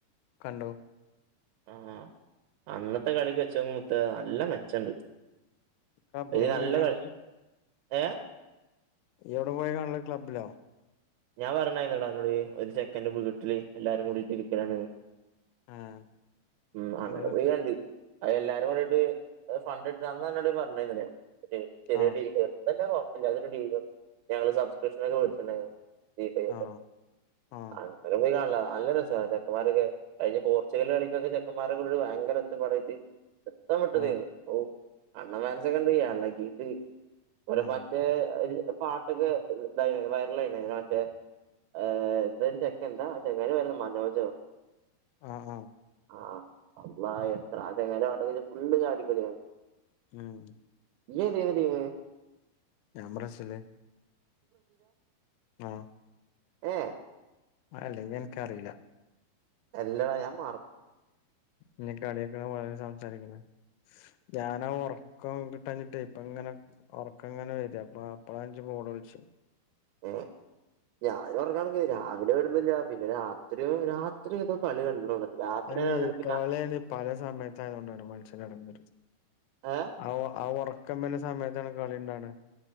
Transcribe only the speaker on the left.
കണ്ടു
ക്ലബ്ബിലാ
പോയ്
കാണല്
എവിടെ പോയി കാണല് ക്ലബ്ബിലോ
ആഹ്
അന്റെ
ആഹ്
ആഹ് ആഹ്
ആഹ്
ആഹ്
ആഹ് ആഹ്
ഉം
ഞാൻ ബ്രസീല് ആ
ആ അല്ലെങ്കി എനിക്കറിയില്ലാ
ഇനി കളിയക്കെ സംസാരിക്കണ ഞാനാ ഒറ ഒറക്കം കിട്ടാഞ്ഞിട്ടേ ഇപ്പ ഇങ്ങനെ ഒറക്കം ഇങ്ങനെ വരാ <unintelligible> <unintelligible> വിളിച്ചു
കളി
കളിയാണ് പല സമയത്തായതോണ്ടാണ് മനുഷ്യൻ <unintelligible>
ആ ആ ഒറക്കം വരണ സമയത്താണ് കളിണ്ടാവണേ